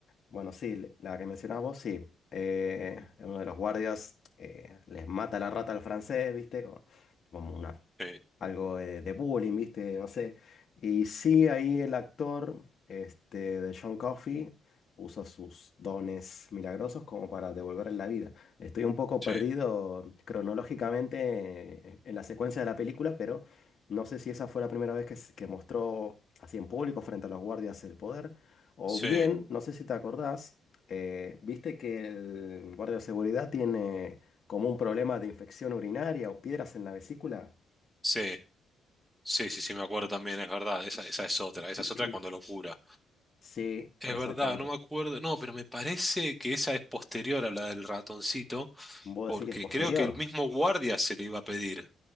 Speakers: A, on the left; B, in the centre.
A: bueno, sí, le- la que mencionabas vos, sí. Eh, uno de los guardias eh, les mata la rata al francés, ¿viste? Como, como una,
B: Sí,
A: algo de, de bullying, ¿viste? No sé. Y sí, ahí el actor este, de John Coffey usa sus dones milagrosos como para devolverle la vida. Estoy un poco
B: sí,
A: perdido cronológicamente eh, en la secuencia de la película, pero no sé si esa fue la primera vez que, s- que mostró así en público frente a los guardias el poder. O
B: sí,
A: bien, no sé si te acordás, eh, viste que el guardia de seguridad tiene como un problema de infección urinaria o piedras en la vesícula.
B: sí. Sí, sí, sí, me acuerdo también, es verdad, esa, esa es otra,
A: <clears throat>
B: esa es otra cuando lo cura.
A: Sí,
B: Es
A: exactamente.
B: verdad, no me acuerdo, no, pero me parece que esa es posterior a la del ratoncito,
A: Vos
B: porque
A: decís que es posterior.
B: creo que el mismo guardia se le iba a pedir,